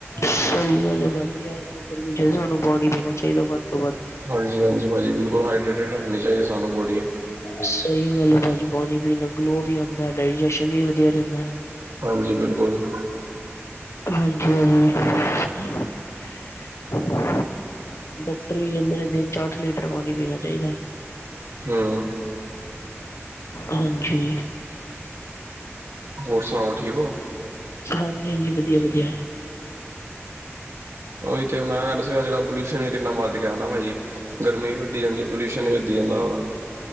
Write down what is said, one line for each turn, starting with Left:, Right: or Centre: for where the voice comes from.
Left: ਸਹੀ ਗੱਲ ਹੈ, ਭਾਜੀ ਜੇ ਗਰਮੀ ਚ ਸਾਨੂੰ ਪਾਣੀ ਪੀਣਾ ਚਾਹੀਦਾ ਵੱਧ ਤੋਂ ਵੱਧ। <inaudible>
Right: ਹਾਂਜੀ ਹਾਂਜੀ ਭਾਜੀ ਬਿਲਕੁਲ ਹਾਈਡਰੇਟਡ ਰੱਖਣੀ ਚਾਹੀਦੀ ਸਾਨੂੰ ਬੋਡੀ
Left: ਸਹੀ ਗੱਲ ਹੈ ਭਾਜੀ ਪਾਣੀ ਪੀਣ ਨਾਲ ਗਲੋ ਵੀ ਆਉਂਦਾ ਡਾਇਜੈਸ਼ਨ ਵੀ ਵਧੀਆ ਰਹਿੰਦਾ ਹੈ।
Right: ਹਾਂਜੀ ਬਿਲਕੁਲ।
Left: ਹਾਂਜੀ ਹਾਂਜੀ ਡਾਕਟਰ ਵੀ ਕਹਿੰਦੇ ਨੇ ਦਿਨ ਚਾਰਟ ਲੀਟਰ ਪਾਣੀ ਪੀਣਾ ਚਾਹੀਦਾ ਹੈ।
Right: ਹੂ,,,
Left: ਹਾਂਜੀ।
Right: ਹੋਰ ਸੁਣਾਓ ਠੀਕ ਹੋ।
Left: ਹਾਂਜੀ ਹਾਂਜੀ ਵਧੀਆ ਵਧੀਆ
Right: ਉਹੀ ਤੇ ਮੈਂ ਕਿਹਾ ਅੱਜ ਕੱਲ ਪੋਲਿਊਸ਼ਨ ਵੀ ਕਿੰਨਾ ਵੱਧ ਗਿਆ ਨਾ ਭਾਜੀ ਗਰਮੀ ਵੀ ਵਧੀ ਜਾਂਦੀ ਆ ਪੋਲਿਊਸ਼ਨ ਵੀ ਵਧੀ ਜਾਂਦਾ ਵਾ